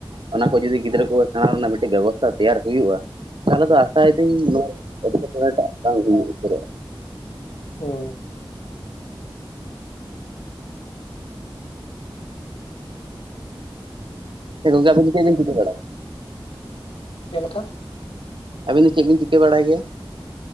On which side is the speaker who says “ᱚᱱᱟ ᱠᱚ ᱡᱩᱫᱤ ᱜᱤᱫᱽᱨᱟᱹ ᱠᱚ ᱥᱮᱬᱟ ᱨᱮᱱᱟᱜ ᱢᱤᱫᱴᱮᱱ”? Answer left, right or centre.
Right